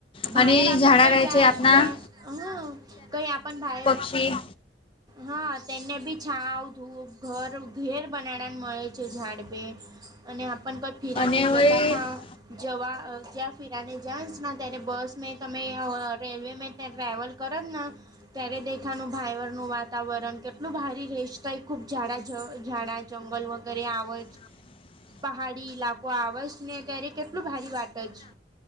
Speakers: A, on the left; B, on the right.
A: અને
B: ભાયર આપન
A: ઝાડા
B: કઈ
A: રહે
B: જાયશ
A: છે આપણા
B: જા હ કઈ આપન ભાય
A: છી
B: હા તેને બી છાંવ ધૂપ ઘર ઉધેર પના નન મળે છે ઝાડ પે અને આપણ કોઈ ફીરાને
A: અને વય
B: જતા થા જવા ત્યાં ફિરાને જસ તેને બસ તમે રેલવે મે ત્યાં ટ્રાવલ કરો જ ને ત્યારે દેખાનું ભાઈવર નું વાતાવરણ કેટલું ભારી રહીશતા એ ખુબ ઝાડા ઝાડા જંગલ વગેરે આવે
A: હ
B: પહાડી ઈલાકો આવેજ ને ત્યારે કેટલું ભારી વાત જ